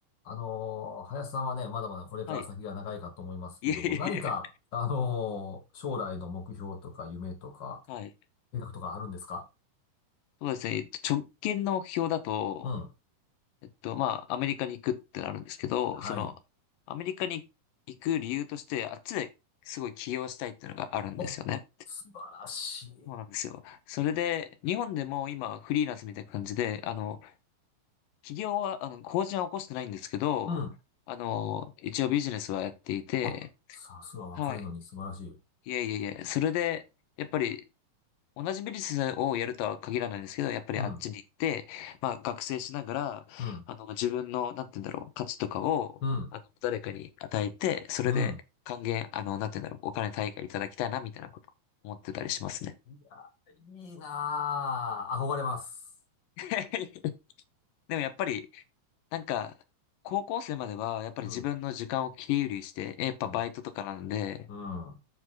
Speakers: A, on the left (about 65°); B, on the left (about 80°).
A: あのー林さんはね、まだまだこれから先が長いかと思いますけど、
B: はい。<laughs> いえいえいえ。
A: 何か、あのー将来の目標とか夢とか、
B: はい。
A: 計画とかあるんですか
B: そうですね。えっと直近の目標だと、
A: うん。
B: えっと、まあ、アメリカに行くってなるんですけど、
A: はい。
B: その、アメリカに行く理由として、あっちですごい起業したいっていうのがあるんですよね。
A: お、素晴らしい。
B: そうなんですよ。それで、日本でも今、フリーランスみたいな感じで、あの、起業は、あの、法人は起こしてないんですけど、
A: うん。
B: あの、一応ビジネスはやっていて、
A: あ、さすが若いのに素晴らしい。
B: はい。いえいえいえ。それで、やっぱり、同じビジネスをやるとは限らないんですけど、やっぱりあっちに行って、
A: うん、
B: まあ学生しながら、
A: うん、
B: あの自分の、なんて言うんだろう、価値とかを、
A: うん、
B: あの、誰かに与えて、それで還元、
A: うん。
B: あの、なんて言うんだろう、お金対価いただきたいな、みたいなこと思ってたりしますね。
A: いや、いいなぁ。憧れます。
B: <laughs> でもやっぱり、なんか、高校生までは、やっぱり自分の時間を切り売りして、
A: うん、
B: やっぱバイトとかなんで、
A: うん、うん。